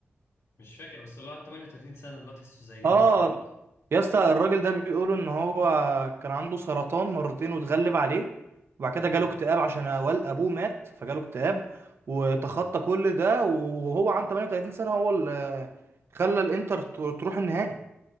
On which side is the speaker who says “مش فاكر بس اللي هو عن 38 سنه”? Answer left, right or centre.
Left